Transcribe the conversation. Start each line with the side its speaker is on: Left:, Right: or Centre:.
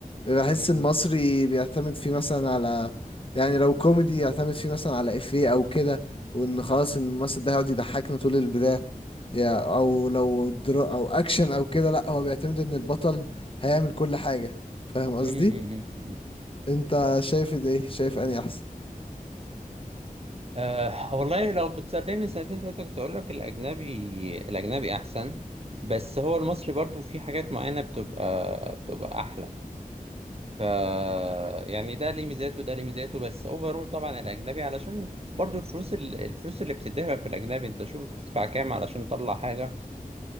Left: بحس
Right: مم.
Left: المصري بيعتمد فيه مثلا على يعني لو كوميدي يعتمد فيه مثلا على افيه او كده وان خلاص الممثل ده يقعد يضحكنا طول البداية يا او لو درو او اكشن او كده لا هو بيعتمد ان البطل هيعمل كل حاجة فاهم قصدي
Right: مم، مم، مم.
Left: انت شايف ده ايه شايف اني احسن
Right: أه والله لو كنت سألتني من سنتين تلاتة كنت أقول لك الأجنبي الأجنبي أحسن بس هو المصري برضو في حاجات معينة بتبقى بتبقى أحلى ف يعني ده ليه ميزاته وده ليه ميزاته بس أوفرول طبعا الأجنبي علشان برضو الفلوس ال- الفلوس اللي بتدفع في الأجنبي أنت شوف بتدفع كام علشان تطلع حاجة